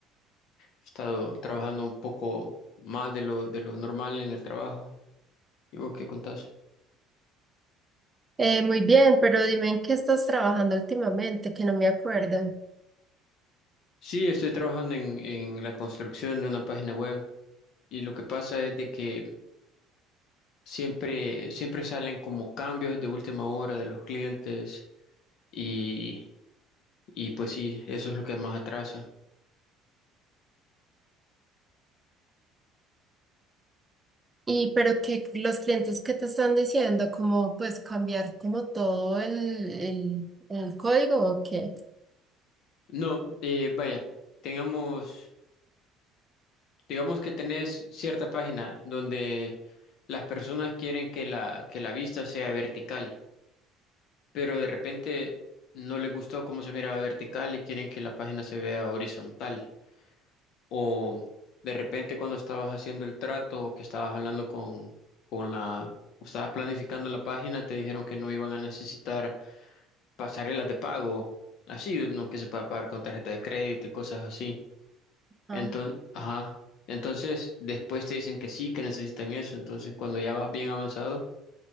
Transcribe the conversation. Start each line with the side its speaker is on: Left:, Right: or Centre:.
Left: He estado trabajando un poco más de lo, de lo normal en el trabajo. ¿Y vos qué contás?
Right: Eh, muy bien, pero dime en qué estás trabajando últimamente, que no me acuerdo.
Left: Sí, estoy trabajando en, en la construcción de una página web y lo que pasa es de que siempre, siempre salen como cambios de última hora de los clientes y, y pues sí, eso es lo que más atrasa.
Right: Y pero que los clientes que te están diciendo, cómo pues cambiar como todo el, el, el código o qué.
Left: No, eh, vaya, tengamos... Digamos que tenés cierta página donde las personas quieren que la, que la vista sea vertical, pero de repente no les gustó cómo se miraba vertical y quieren que la página se vea horizontal. O de repente cuando estabas haciendo el trato o que estabas hablando con, con la, o estabas planificando la página, te dijeron que no iban a necesitar pasarelas de pago, así, no que se pueda pagar con tarjeta de crédito y cosas así.
Right: Ah,
Left: Entonces, ajá. Entonces, después te dicen que sí, que necesitan eso. Entonces, cuando ya vas bien avanzado,